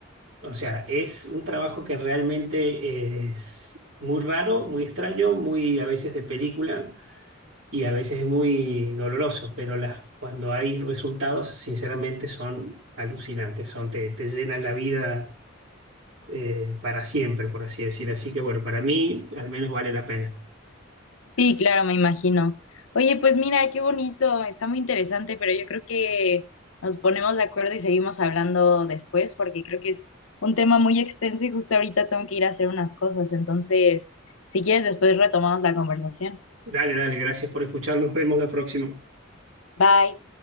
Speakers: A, on the right; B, on the left.
A: O sea, es un trabajo que realmente es muy raro, muy extraño, muy a veces de película y a veces es muy doloroso, pero las, cuando hay resultados, sinceramente son alucinantes, son, te, te llenan la vida. eh, para siempre, por así decir. Así que bueno, para mí al menos vale la pena.
B: Sí, claro, me imagino. Oye, pues mira, qué bonito, está muy interesante, pero yo creo que nos ponemos de acuerdo y seguimos hablando después, porque creo que es un tema muy extenso y justo ahorita tengo que ir a hacer unas cosas. Entonces, si quieres, después retomamos la conversación.
A: Dale, dale, gracias por escuchar. Nos vemos la próxima.
B: Bye.